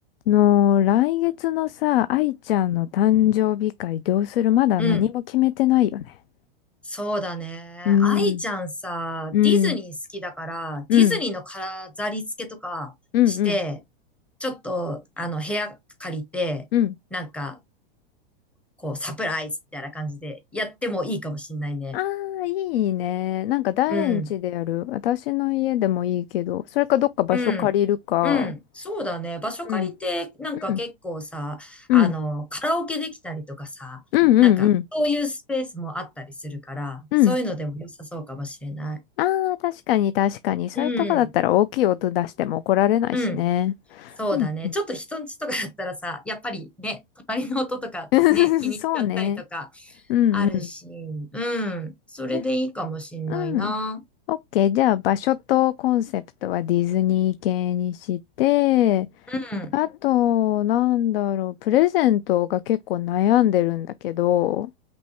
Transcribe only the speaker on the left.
の、来月のさ、愛ちゃんの誕生日会どうするまだ何も決めてないよね。
うん、
うん、
うん、
うん、うん、
うん。
ああ、いいね。なんか誰ん家でやる私の家でもいいけど、
それかどっか場所借りるか。
うん、
うん、うん、
うん、うん、
うん。
うん
ああー、確かに確かに。そういうとこだったら大きい音出しても怒られないしね。
うん、うん、
<laughs> うん。
<laughs> そうね。うんうん。
じゃあ、うん。OK。じゃあ、場所とコンセプトはディズニー系にして、
あと、なんだろう、プレゼントが結構悩んでるんだけど、